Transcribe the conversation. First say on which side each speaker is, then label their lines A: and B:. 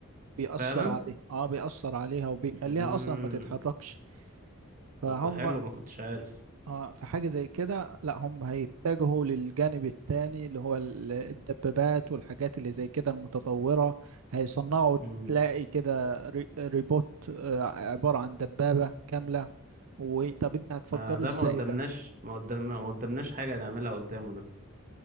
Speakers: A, on the right; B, on the right.
A: بيأثر
B: فعلا
A: عليها اه بيأثر عليها وبيخليها
B: مم.
A: اصلا ما تتحركش فهم
B: طب حلو ما كنتش عارف
A: اه في حاجة زي كده لا هم هيتجهوا للجانب التاني اللي هو ال- الدبابات والحاجات اللي زي كده المتطورة هيصنعوا
B: مم.
A: تلاقي كده ري- ريبوت آه، عبارة عن دبابة كاملة وطب انت هتفجره
B: ما ده
A: ازاي
B: ما قدامناش
A: ده
B: ما قدام ما قدامناش حاجة نعملها قدامه ده